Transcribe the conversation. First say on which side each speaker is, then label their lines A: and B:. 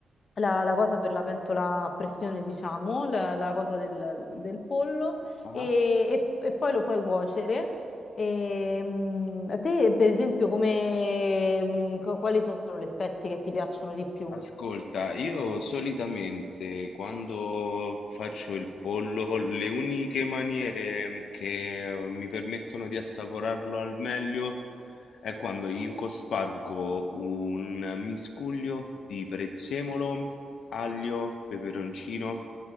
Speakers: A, on the left; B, on the left.
A: la- la cosa per la pentola a pressione, diciamo, la, la cosa del, del pollo
B: ah.
A: e, e- e poi lo fai cuocere. E, mh, a te, per esempio, come, mh, co- quali sono le spezie che ti piacciono di più?
B: Ascolta, io solitamente quando faccio il pollo, le uniche maniere mm, che mm, mi permettono di assaporarlo al meglio è quando gli cospargo un miscuglio di prezzemolo, aglio, peperoncino